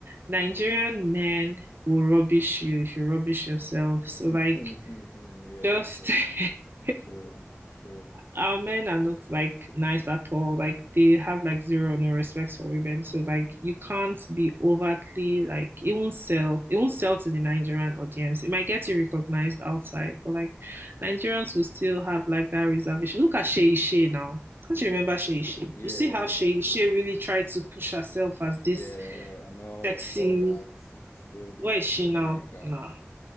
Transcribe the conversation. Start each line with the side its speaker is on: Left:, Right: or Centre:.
Right: Nigerian men will rubbish you if you rubbish yourself.
Left: <laughs>
Right: So, like,
Left: Yeah,
Right: just
Left: true,
Right: <laughs>
Left: true, true.
Right: our men are not like nice at all. Like they have like zero or no respects for women. So like you can't be overtly like it won't sell. It won't sell to the Nigerian audience. It might get you recognized outside, but like Nigerians will still have like that reservation. Look at Shay Shay now. Can't you remember Shay Shay?
Left: Yeah,
Right: You see how Shay
Left: she-
Right: Shay really tried to push herself as this
Left: Yeah, and all
Right: sexy.
Left: all that still didn't
Right: Where is she
Left: didn't
Right: now?
Left: work out.
Right: Nah.